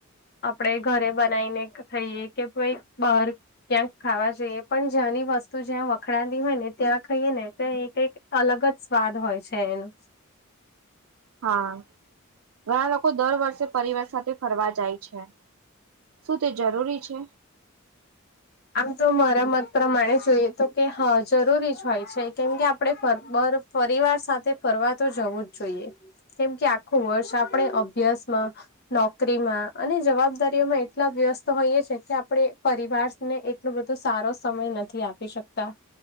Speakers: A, on the left (about 50°); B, on the right (about 80°).
A: આપડે ઘરે બનાઈ ને ખઈએ કે ભઈ બહાર ક્યાંક ખાવા જઈએ પણ જ્યાંની વસ્તુ જ્યાં વખણાતી હોય ને ત્યાં ખઈએ ને તો એ કઈક અલગ જ સ્વાદ હોય છે એનો.
B: હા ઘણા લોકો દર વર્ષે પરિવાર સાથે ફરવા જાય છે. શું તે જરૂરી છે?
A: આમ તો મારા મત પ્રમાણે જોઈએ તો કે હ જરૂરી જ હોય છે. કેમ કે આપડે ફર બર પરિવાર સાથે ફરવા તો જવું જ જોઈએ. કેમ કે આખું વર્ષ આપડે અભ્યાસમાં નોકરીમાં અને જવાબદારીઓમાં એટલા વ્યસ્ત હોઈએ છે કે આપડે પરિવાર ને એટલું બધું સારો સમય નથી આપી શકતા